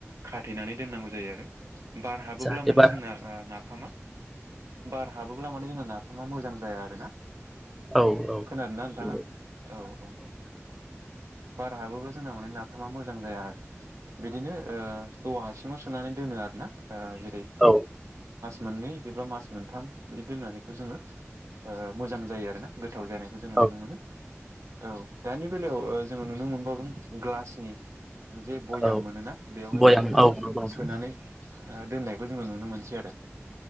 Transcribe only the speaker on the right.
खाथेनानै दोननांगौ जायो आरो बार हाबोब्ला
माने
जोंना नाफामा बार हाबोब्ला माने जोंना नाफामा मोजां जाया आरोना
खोनादों ना नोंथाङा
औ -औ बार हाबोब्ला जोंना माने नाफामा मोजां जाया आरो बिदिनो औवा हसुं आव होनानै दोनो आरो ना जेरै
मोननै बा मास मोनथाम बिदि दोननानै बेखौ जोङो मोजां जायो आरोना गोथाव जानाय जोङो नुनो
मोनो औ दानि बेलायाव जोङो नुनो मोनबावदों ग्लासनि जे भयाम
मोनोना बेवहायबो
जोङो
सोनानै दोननायखौ जोङो नुनो मोनसै आरो